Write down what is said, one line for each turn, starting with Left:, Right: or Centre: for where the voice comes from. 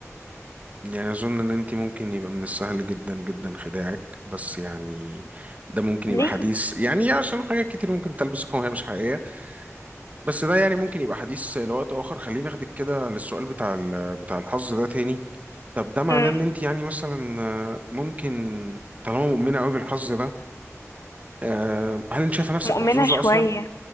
Right: يعني اظن ان انت ممكن يبقى من السهل جدا جدا خداعك بس يعني ده ممكن يبقى
Left: ليه
Right: حديث يعني عشان حاجات كتير ممكن تلبسكم وهي مش حقيقيه بس ده يعني ممكن يبقى حديث لوقت آخر خلينا ناخدك كده للسؤال بتاع ال- بتاع الحظ ده تاني طب ده معناه
Left: امم
Right: إن أنت يعني مثلا آه، ممكن طالما مؤمنة قوي بالحظ ده آه، هل أنت شايفة نفسك
Left: مؤمنه
Right: محظوظة
Left: شويه
Right: أصلا؟